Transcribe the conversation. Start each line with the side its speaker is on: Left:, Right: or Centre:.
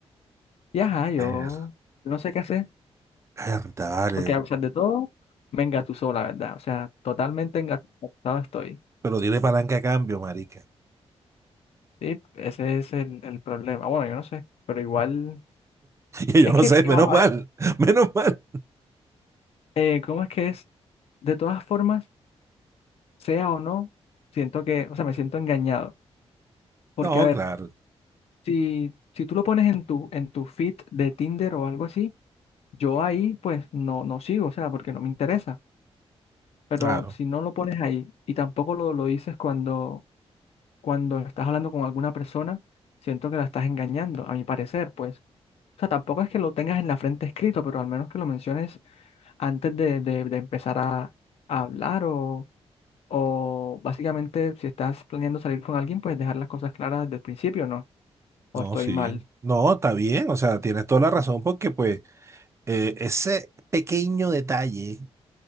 Left: Y ajá, yo
Right: eh,
Left: yo no sé qué hacer,
Right: mierda, vale,
Left: porque a pesar de todo, me engatusó, la verdad. O sea, totalmente engatusado estoy.
Right: pero tiene palanca a cambio, marica. <laughs>
Left: Sí, ese es el, el problema. Bueno, yo no sé, pero igual,
Right: Y
Left: es
Right: yo no
Left: que,
Right: sé, menos
Left: igual,
Right: mal,
Left: a ver,
Right: <laughs> menos mal.
Left: eh, ¿cómo es que es? De todas formas, sea o no, siento que, o sea, me siento engañado. Porque,
Right: No,
Left: a ver,
Right: claro,
Left: si, si tú lo pones en tu, en tu feed de Tinder o algo así, Yo ahí pues no, no sigo, o sea, porque no me interesa. Pero
Right: claro.
Left: si no lo pones ahí y tampoco lo, lo dices cuando, cuando estás hablando con alguna persona, siento que la estás engañando, a mi parecer, pues. O sea, tampoco es que lo tengas en la frente escrito, pero al menos que lo menciones antes de, de- de empezar a, a hablar o, o básicamente si estás planeando salir con alguien, pues dejar las cosas claras desde el principio, ¿no? O
Right: No,
Left: estoy
Right: sí.
Left: mal,
Right: No, está bien, o sea, tienes toda la razón porque pues eh, ese pequeño detalle